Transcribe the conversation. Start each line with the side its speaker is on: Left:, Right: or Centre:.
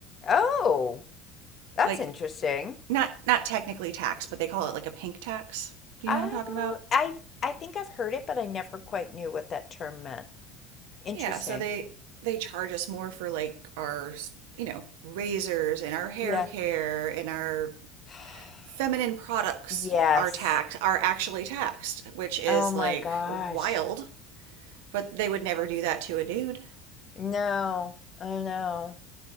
Left: Oh, that's
Right: Like
Left: interesting.
Right: not not technically tax, but they call it like a pink tax. Do
Left: Oh,
Right: you know what I'm talking about?
Left: I I think I've heard it, but I never quite knew what that term meant. Interesting.
Right: Yeah, so they they charge us more for like our, you know, razors and our hair
Left: Yeah.
Right: care and our
Left: <sighs>
Right: feminine products
Left: Yes.
Right: are taxed are actually taxed, which is
Left: Oh my
Right: like
Left: gosh.
Right: wild But they would never do that to a dude.
Left: No, I know.